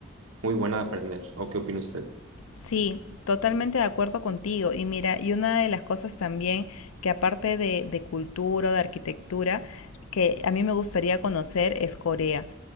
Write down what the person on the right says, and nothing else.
muy buena de aprender. ¿O qué opina usted?